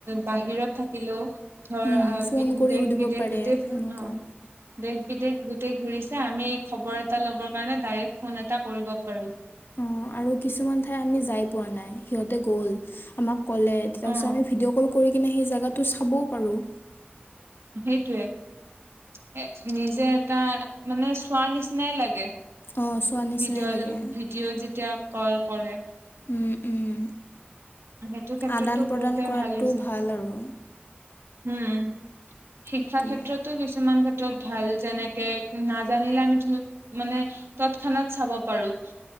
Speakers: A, on the right (about 80°); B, on the left (about 65°).
A: বাহিৰত থাকিলেও। থ
B: উম, ফোন কৰি
A: দেশ
B: সুধিব
A: বিদেশ
B: পাৰে
A: গোটেই
B: সেনেকুৱা
A: অ দে। গোট ঘূৰিছে আমি খবৰ এটা লবৰ কাৰণে ডাইৰেক্ট ফোন এটা কৰিব পাৰো।
B: অ আৰু কিছুমান ঠাই আমি যাই পোৱা নাই সিহঁতে গ'ল আমাক। লে তাৰ
A: অ
B: পিছত আমি ভিডিঅ' কল কৰি কিনে সেই জাটো চাবও পাৰো।
A: সেইটোৱে নিজে। এটা মানে চোৱাৰ নিচিনাই লাগে
B: অঁ চোৱা নিচিনাই
A: ভিডিঅ'
B: লাগে
A: ভিডিঅ' যেতিয়া। ক কৰেলে।
B: উম, উম।
A: সেইটো ক্ষেত্ৰতো
B: আদান প্ৰদান
A: বহুতে
B: কৰাটো
A: ভাল হৈছে।
B: আৰু
A: উম শিক্ষা
B: সেইটোৱে
A: ক্ষেত্ৰতো কিছুমান ক্ষেত্ৰ। ত ভাল যেনেকে নাজানিলে আমি ধ মানে তৎক্ষণাত চাব পাৰো।